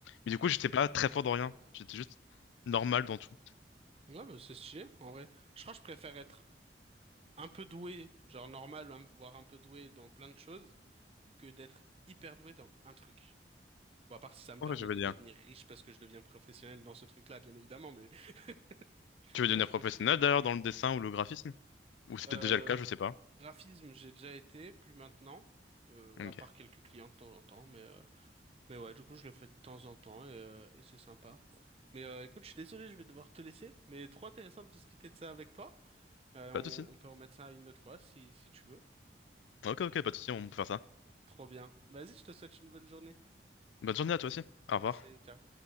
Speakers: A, on the left; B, on the right.
A: Mais du coup, j'étais pas très fort dans rien. J'étais juste normal dans tout.
B: Ouais, bah, c'est stylé, en vrai. Je crois que je préfère être un peu doué, genre normal, hein, voire un peu doué dans plein de choses, que d'être hyper doué dans un truc. Bon, à part si ça me
A: Ouais,
B: permet
A: je veux
B: de
A: dire.
B: devenir riche parce que je deviens professionnel dans ce truc-là, bien évidemment, mais <laughs>
A: Tu veux
B: tu
A: devenir
B: vois, je
A: professionnel
B: préfère.
A: d'ailleurs dans le dessin ou le graphisme? Ou c'est
B: Euh,
A: peut-être déjà le cas, je sais pas.
B: graphisme, j'ai déjà été, plus maintenant, euh,
A: Ok,
B: à part quelques clients de temps en temps, mais, euh, mais ouais, du coup, je le fais de temps en temps et, euh, et c'est sympa. Mais euh, écoute, je suis désolé, je vais devoir te laisser, mais trop intéressant de discuter de ça avec toi. Euh, on,
A: pas de souci.
B: on peut remettre ça une autre fois si, si tu veux.
A: Ok, ok, pas de souci, on peut faire ça.
B: Trop bien. Vas-y, je te souhaite une bonne journée.
A: Bonne journée à toi aussi. Au
B: Merci,
A: revoir.
B: ciao.